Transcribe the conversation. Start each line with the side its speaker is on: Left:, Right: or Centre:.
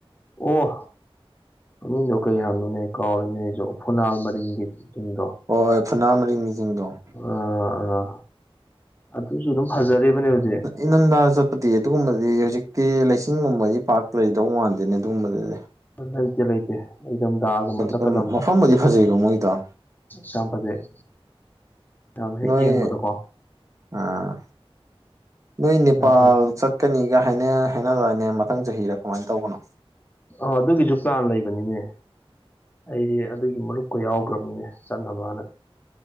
Left: ꯑꯣ ꯃꯤꯗꯣ ꯀꯩ ꯍꯥꯏꯕ ꯅꯣꯅꯦ ꯀꯥꯎꯔꯦꯅꯦ ꯑꯩꯁꯨ ꯐꯨꯅꯥꯜ ꯃꯔꯤꯡꯒꯤ ꯆꯤꯡꯗꯣ
Right: ꯍꯣꯏ ꯍꯣꯏ ꯐꯨꯅꯥꯜ ꯃꯔꯤꯡꯒꯤ ꯁꯤꯡꯤꯡꯗꯣ
Left: ꯑꯥ ꯑꯥ ꯑꯗꯨꯁꯨ ꯑꯗꯨꯝ ꯐꯖꯔꯤꯕꯅꯦ ꯍꯧꯖꯤꯛ
Right: ꯏꯅꯝꯊꯥꯗ ꯆꯠꯄꯗꯤ ꯑꯗꯨꯒꯨꯝꯕꯗꯤ ꯍꯧꯖꯤꯛꯇꯤ ꯂꯩꯁꯤꯡꯤꯟꯒꯨꯝꯕꯗꯤ ꯄꯥꯔꯛ ꯂꯩꯗꯧ ꯃꯥꯟꯗꯦꯅꯦ ꯑꯗꯨꯒꯨꯝꯕꯗꯗꯤ
Left: ꯂꯩꯇꯦ ꯂꯩꯇꯦ ꯏꯊꯝꯊꯥꯒꯨꯝꯕ ꯆꯠꯀꯗꯝꯅꯤ
Right: ꯑꯗꯨꯝ ꯃꯐꯝꯕꯨꯗꯤ ꯐꯖꯩꯀꯣ ꯃꯣꯏꯗꯣ
Left: ꯌꯥꯝ ꯐꯖꯩ ꯌꯥꯝ ꯍꯦꯛ
Right: ꯅꯣꯏ
Left: ꯌꯦꯡꯕꯗꯀꯣ
Right: ꯑꯥ ꯅꯣꯏ ꯅꯦꯄꯥꯜ
Left: ꯌꯥꯝ ꯐꯔꯦ
Right: ꯆꯠꯀꯅꯤꯒ ꯍꯥꯏꯅ ꯍꯥꯏꯅꯗꯥꯅꯦ ꯃꯊꯪ ꯆꯍꯤꯔ ꯀꯃꯥꯏꯅ ꯇꯧꯕꯅꯣ
Left: ꯑꫭ ꯑꯗꯨꯒꯤꯁꯨ ꯄ꯭ꯂꯥꯟ ꯂꯩꯕꯅꯤꯅꯦ ꯑꯩꯗꯤ ꯑꯗꯨꯒꯤ ꯃꯔꯨꯞꯀ ꯌꯥꯎꯈ꯭ꯔꯕꯅꯤꯅꯦ ꯆꯠꯅꯕꯅ